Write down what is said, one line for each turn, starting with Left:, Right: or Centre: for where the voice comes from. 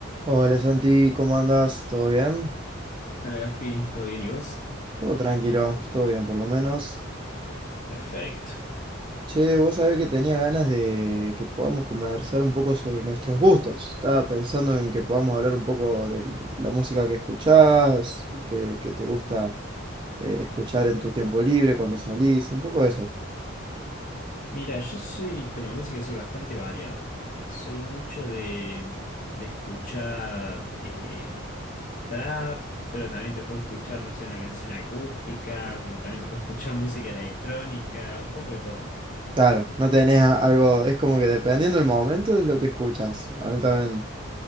Right: Hola Santi, ¿cómo andas? ¿Todo bien?
Left: Hola Gaspi, ¿todo bien y vos?
Right: Todo tranquilo, todo bien por lo menos.
Left: Perfecto.
Right: Che, vos sabés que tenía ganas de que podamos conversar un poco sobre nuestros gustos. Estaba pensando en que podamos hablar un poco de la música que escuchás, que, que te gusta eh, escuchar en tu tiempo libre, cuando salís, un poco de eso.
Left: Mira, yo soy con la música soy bastante variado. Soy mucho de, de escuchar eh, trap, pero también te puedo escuchar, no sé, una canción acústica, como también te puedo escuchar <laughs> música electrónica, un poco de todo.
Right: Claro, no tenés a- algo, es como que dependiendo del momento es lo que escuchas. A mí también